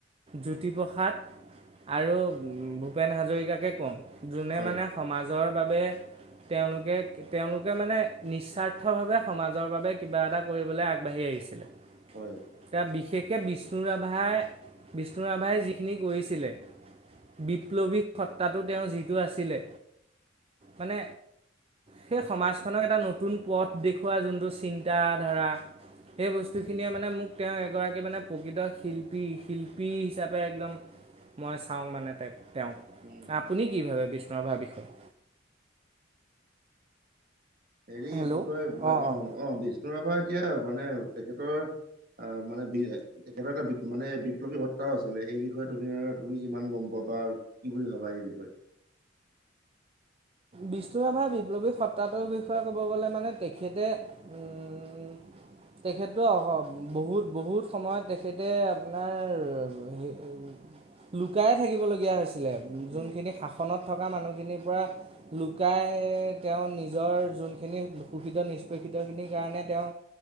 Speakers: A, on the right (about 30°); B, on the right (about 50°).
A: জোতি প্ৰসাদ আৰু ভূপেন হাজৰিকাকে কওঁ, যোনে
B: হয়।
A: মানে সমাজৰ বাবে তেওঁলোকে, তেওঁলোকে মানে নিস্বাৰ্থভাৱে সমাজৰ বাবে কিবা এটা কৰিবলৈ আগবাঢ়ি আহিছে। <unintelligible>
B: হয়।
A: এতিয়া বিশেষকৈ বিষ্ণু ৰাভায়, বিষ্ণু ৰাভায় যিখিনি কৰিছিলে। বিপ্লৱী সত্ৰাটো তেওঁ যিটো আছিলে, মানে সেই সমাজ খনক এটা নতুন পদ দেখুৱায় যোনটো চিন্তা ধাৰা সেই বস্তুখিনিয়ে
B: উম
A: মানে মোক তেওঁ এগৰাকী মানে প্ৰকৃত শিল্পী শিল্পী হিচাপে একদম মই চাওঁ মানে তেওঁক তেওঁক।
B: উম
A: আপুনি
B: উম
A: কি ভাবে বিষ্ণুু ৰাভা বিষয়ে?
B: হেৰি
A: হেল্ল'
B: কি কয়
A: অঁ
B: অ
A: অঁ
B: অ বিষ্ণু ৰাভা এতিয়া মানে তেখেতৰ অ মানে বি তেখেতৰ এটা মানে বিপ্লৱী সত্ৰাও আছিলে, এই বিষয়ে তুমি তুমি যিমান গ'ম পোৱা বা কি বুলি ভাবা এই বিষয়ে?
A: বিষ্ণু ৰাভাই বিপ্লৱী সত্ৰাটোৰ বিষয়ে ক'ব গ'লে মানে তেখেতে উম <inaudible> তেখেতো বহুত বহুত সময়ত তেখেতে আপোনাৰ হে লুকাই থাকিব লগীয়া হৈছিলে
B: উম,
A: যোনখিনি শাসনত থকা মানুহখিনিৰ পৰা লুকাই তেওঁ নিজৰ যোনখিনি শোষিত নিষ্পেষিতখিনিৰ কাৰণে তেওঁ